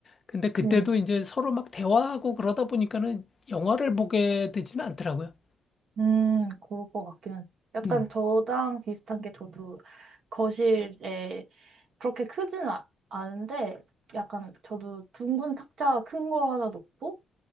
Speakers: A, on the left; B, on the right.
A: 근데 그때도
B: 하잖아요.
A: 이제 서로 막 대화하고 그러다 보니까는 영화를 보게 되지는 않더라고요.
B: 음, 그럴 것 같긴 한. 약간
A: 음,
B: 저랑 비슷한 게 저도 거실에 그렇게 크진 아, 않은데 약간 저도 둥근 탁자 큰 거 하나 놓고